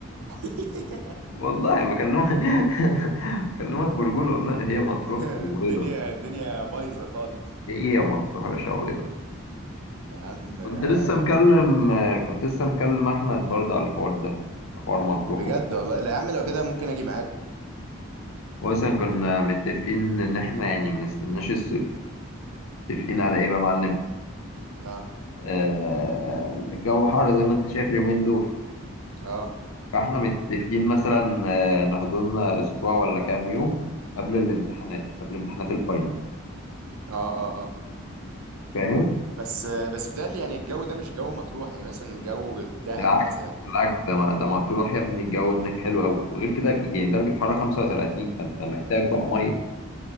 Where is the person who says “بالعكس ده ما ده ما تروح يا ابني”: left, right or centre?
Left